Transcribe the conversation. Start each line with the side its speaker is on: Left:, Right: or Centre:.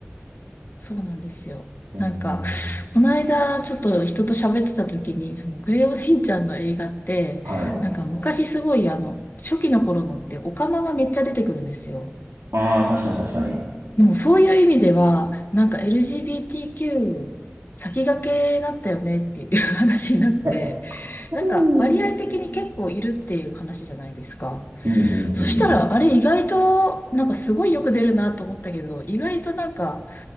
Left: そうなんですよ。
Right: うーん
Left: なんか、この間、ちょっと人と喋ってた時に、その、クレヨンしんちゃんの映画って、
Right: はい。
Left: なんか昔すごい、あの、初期の頃のって、オカマがめっちゃ出てくるんですよ。
Right: ああ、確かに確かに。
Left: でも、そういう意味では、なんか LGBTQ 先駆けだったよねっていう <laughs> 話になって、
Right: はい
Left: なんか、
Right: うん
Left: 割合的に結構いるっていう話じゃないですか。
Right: うんうんうんうん。
Left: そしたら、あれ意外と、なんかすごいよく出るなと思ったけど、意外となんか、